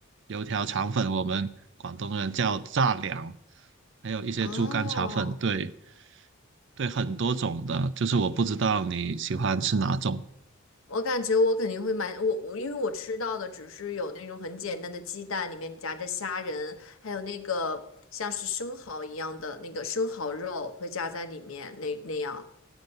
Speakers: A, on the right; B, on the left.
A: 油条肠粉，我们广东人叫炸粮，还有一些猪肝肠粉，
B: 哦。
A: 对对，很多种的，就是我不知道你喜欢吃哪种。
B: 我感觉我肯定会买我我，因为我吃到的只是有那种很简单的鸡蛋，里面夹着虾仁，还有那个像是生蚝一样的那个生蚝肉会夹在里面那那样。